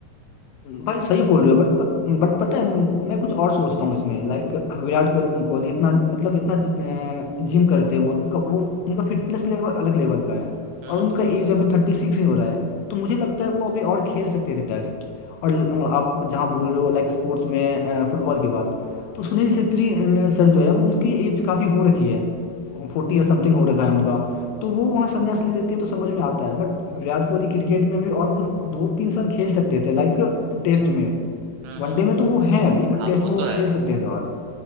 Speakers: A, on the left (about 80°); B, on the right (about 80°).
A: भाई सही बोल रहे हो बट पत, बट पता है मैं कुछ और सोचता हूँ इसमें लाइक विराट कोह- कोहली इतना मतलब इतना जिम करते हैं वो उनका वो उनका फिटनेस लेवल अलग लेवल का है
B: हुँ,
A: और उनका
B: हुँ,
A: एज
B: हुँ।
A: अभी थर्टी सिक्स ही हो रहा है तो मुझे लगता है वो अभी और खेल सकते थे टेस्ट और अ, आप जहाँ बोल रहे हो लाइक स्पोर्ट्स में फुटबॉल के बाद तो
B: हुँ,
A: सुनील
B: हुँ।
A: छेत्री अ, सर जो है वो उनकी एज काफ़ी हो रखी है फोर्टी या समथिंग हो रखा है उनका तो वो वहाँ संन्यास ले लेते हैं तो समझ में आता है बट विराट कोहली क्रिकेट में भी और वो दो तीन साल खेल सकते थे लाइक टेस्ट में
B: हुँ, हुँ,
A: वनडे
B: हुँ।
A: में तो वो हैं अभी
B: हाँ,
A: बट टेस्ट
B: वो
A: में वो
B: तो है।
A: खेल सकते थे और